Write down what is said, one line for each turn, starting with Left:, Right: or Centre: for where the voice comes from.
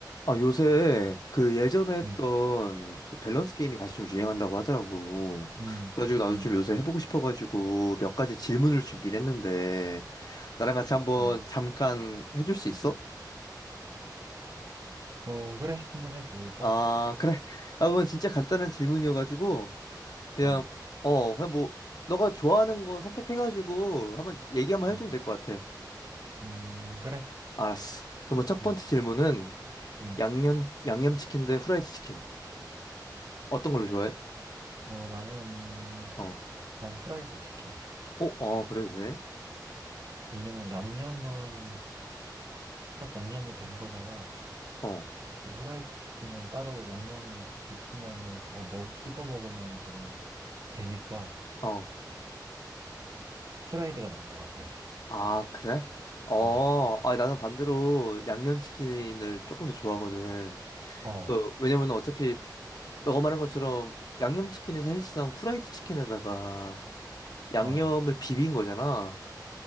Left: 아, 요새 그 예전에 했던
Right: 음,
Left: 그 밸런스 게임이 다시 좀 유행한다고 하더라고.
Right: 음,
Left: 그래가지고 나도
Right: 음,
Left: 좀 요새 해보고 싶어가지고 몇 가지 질문을 준비를 했는데 나랑 같이 한번
Right: 음.
Left: 잠깐 해줄 수 있어?
Right: 어, 그래. 한번 해보자.
Left: 아, 그래. 아, 그건 진짜 간단한 질문이어가지고 그냥
Right: 어,
Left: 어, 그냥 뭐 너가 좋아하는 거 선택해가지고 한번 얘기 한번
Right: 어,
Left: 해주면 될 것 같아.
Right: 음, 그래.
Left: 알았어. 그럼 첫
Right: 음,
Left: 번째 질문은
Right: 음.
Left: 양념 양념치킨 대 후라이드 치킨 어떤 걸로 좋아해?
Right: 어, 나는,
Left: 어.
Right: 나는 후라이드 치킨.
Left: 어, 어, 그래, 왜?
Right: 왜냐면 양념은 딱 양념이 된 거잖아.
Left: 어.
Right: 근데 후라이드 치킨은 따로 양념이 있으면은 그거 먹, 찍어 먹으면 좀 되니까
Left: 어.
Right: 후라이드가 난 것 같아.
Left: 아, 그래? 어,
Right: 어,
Left: 아, 나는 반대로 양념치킨을 조금 더 좋아하거든.
Right: 어,
Left: 그, 왜냐면 어차피, 너가 말한 것처럼 양념치킨이 사실상 후라이드 치킨에다가 양념을
Right: 어,
Left: 비빈 거잖아.